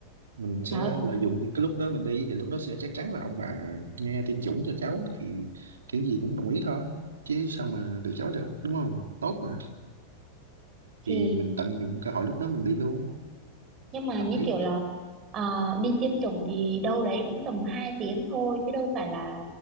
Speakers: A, on the right (about 70°); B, on the right (about 30°).
A: mình sẽ
B: nói
A: lợi dụng những cái lúc đó mình đi thì lúc đó sẽ chắc chắn là ông bà nghe tiêm chủng cho cháu thì kiểu gì cũng đồng ý thôi chứ sao mà từ chối được đúng không tốt mà
B: thì
A: thì mình tận dụng cơ hội lúc đó mình đi luôn
B: nhưng mà
A: hợp
B: như
A: lý
B: kiểu
A: á
B: là
A: chứ
B: à, đi tiêm chủng thì đâu đấy cũng tầm 2 tiếng thôi chứ đâu phải là